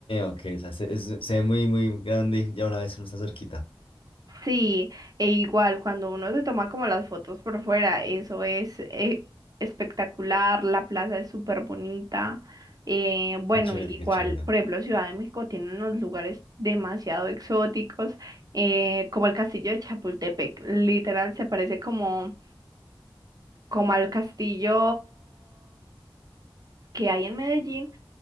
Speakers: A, on the left; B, on the right.
A: ok. O sea, se, es- se ve muy, muy grande. y Ya una vez uno está cerquita.
B: Sí, e igual cuando uno se toma como las fotos por fuera, eso es eh, espectacular, la plaza es súper bonita. eh, bueno,
A: Qué chévere,
B: igual,
A: qué chévere.
B: por ejemplo, Ciudad de México tiene unos lugares demasiado exóticos, eh, como el castillo de Chapultepec, literal se parece como, como al castillo que hay en Medellín,